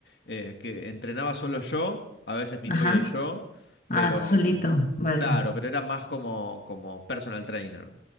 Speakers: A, on the left; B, on the left.
A: eh, que entrenaba solo yo, a veces mi
B: Ajá.
A: novia y yo,
B: Ah,
A: pero
B: tú solito. Vale.
A: claro, pero era más como, como personal trainer.